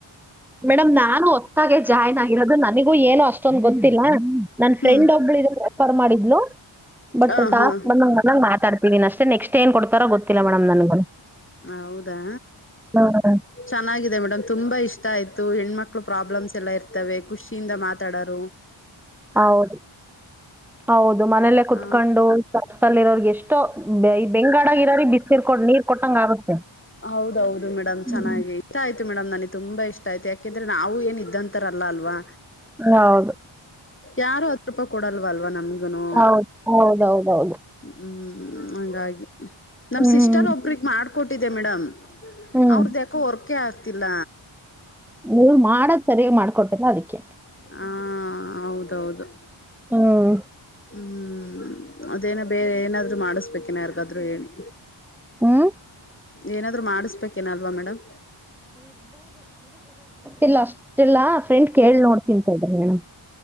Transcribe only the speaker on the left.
ಹ್ಮ್
ಹ
ಹಾ
ಹೌದಾ
ಚೆನ್ನಾಗಿದೆ ಮೇಡಮ್ ತುಂಬಾ ಇಷ್ಟ ಆಯ್ತು ಹೆಣ್ಮಕ್ಳು ಪ್ರಾಬ್ಲಮ್ಸ್ ಎಲ್ಲಾ ಇರ್ತವೆ ಖುಷಿಯಿಂದ ಮಾತಾಡರು
ಹ
ಹೌದೌದು ಮೇಡಮ್
ಚೆನ್ನಾಗಿ ಇಷ್ಟ ಆಯ್ತು ಮೇಡಮ್ ನನಗೆ ತುಂಬಾ ಇಷ್ಟ ಆಯತು ಯಾಕೆಂದ್ರೆ ನಾವು ಏನ ಇದಂತರ ಅಲ್ಲ ಅಲ್ವಾ
ಯಾರು ಹತ್ತು ರೂಪಾಯಿ ಕೊಡಲ್ವ ಅಲ್ವಾ ನಮಗನು
ಹ್ಮ್ ಹ್ಮ್ ಹಾಗಾಗಿ ನಮ
ಸಿಸ್ಟರ್ ಒಬ್ಬರಿಗೆ ಮಾಡ್ಕೊಟ್ಟಿದ್ದೆ ಮೇಡಮ್
ಅವ್ರ್ದ ಯಾಕೋ ವರ್ಕ್ಹೇ ಆಗ್ತಿಲ್ಲ
ಹಾ ಹೌದೌದು
ಹ್ಮ್ ಅದೇನ ಬೇರೆ ಏನಾದ್ರು ಮಾಡಿಸ್ಬೇಕೇನ ಯಾರಿಗಾದ್ರು ಹೇಳಿ
ಏನಾದ್ರು ಮಾಡಿಸ್ಬೇಕೇನ ಅಲ್ವಾ ಮೇಡಮ್